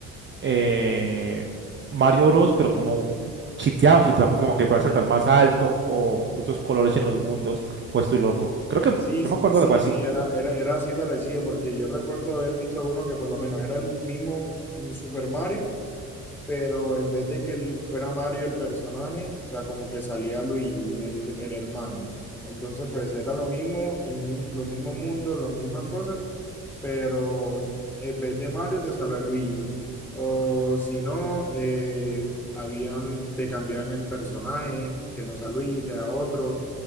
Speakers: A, on the right; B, in the centre.
A: eh, Mario Bros, pero como chiteados, literalmente como que puedas saltar más alto o otros colores en los mundos, o estoy loco. Creo que yo
B: Sí,
A: me acuerdo
B: sí,
A: de algo así.
B: sí, era, era, era así parecido, porque yo recuerdo haber visto uno que por lo menos era el mismo mm, Super Mario, pero en vez de que él fuera Mario el personaje, o sea, como que salía Luigi, el, el hermano. Entonces, pues era lo mismo, el, mi- los mismos mundos, las mismas cosas, pero en vez de Mario te salió Luigi. O si no, eh, habían, te cambiaban el personaje, que no sea Luigi, sea otro,